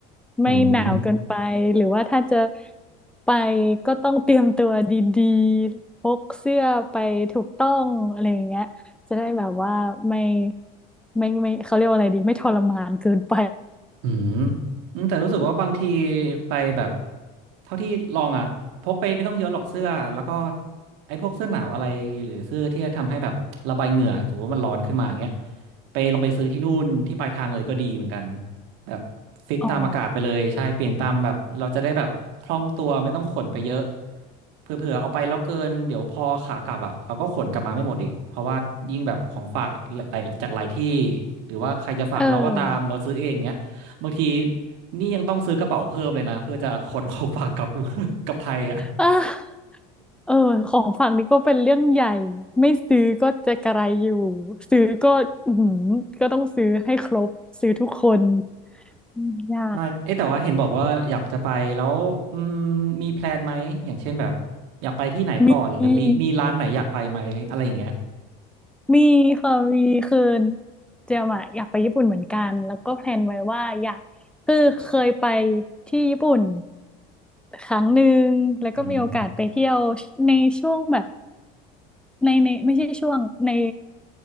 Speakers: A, in the centre; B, on the right.
A: ไม่หนาวเกินไปหรือว่าถ้าจะ
B: อืม
A: ไปก็ต้องเตรียมตัวดีๆพกเสื้อไปถูกต้องอะไรอย่างเงี้ยจะได้แบบว่าไม่ไม่ไม่เขาเรียกว่าอะไรดีไม่ทรมานเกินไป
B: อืมอืมแต่รู้สึกว่าบางทีไปแบบเท่าที่ลองอ่ะพกไปไม่ต้องเยอะหรอกเสื้อแล้วก็ไอ้พวกเสื้อหนาวอะไรหรือเสื้อที่ทำให้แบบระบายเหงื่อสมมติว่ามันร้อนขึ้นมาอย่างเงี้ยไปลองไปซื้อที่นู่นที่ปลายทางเลยก็ดีเหมือนกันแบบฟิกตามอากาศไปเลยใช่เปลี่ยนตามแบบเราจะได้แบบคล่องตัวไม่ต้องขนไปเยอะ
A: อ๋อ
B: เผื่อๆเอาไปแล้วเกินเดี๋ยวพอขากลับอ่ะเราก็ขนกลับมาไม่หมดอีกเพราะว่ายิ่งแบบของฝากหลายๆจากหลายที่หรือว่าใครจะฝากเราก็ตามเราซื้อเองเงี้ย
A: เออ
B: บางทีนี่ยังต้องซื้อกระเป๋าเพิ่มเลยนะเพื่อจะขนของฝากกลับ <laughs> กลับไทยอ่ะ
A: อ่ะเออ ของฝั่งนี้ก็เป็นเรื่องใหญ่ ไม่ซื้อก็จะกระไรอยู่ซื้อก็อือหือก็ต้องซื้อให้ครบ ซื้อทุกคนอืมยาก
B: ใช่เอ๊ะแต่ว่าเห็นบอกว่าอยากจะไปแล้วอืมมีแพลนไหมอย่างเช่นแบบอยากไปที่ไหนก่อนหรือมีมีร้านไหนอยากไปไหมอะไรอย่างเงี้ย
A: มี มีค่ะมีคือเจมอะอยากไปญี่ปุ่นเหมือนกันแล้วก็แพลนไว้ว่าอยากคือเคยไปที่ญี่ปุ่นครั้งหนึ่ง แล้วก็มีโอกาสไปเที่ยวในช่วงแบบ
B: อืม
A: ในในไม่ใช่ช่วงใน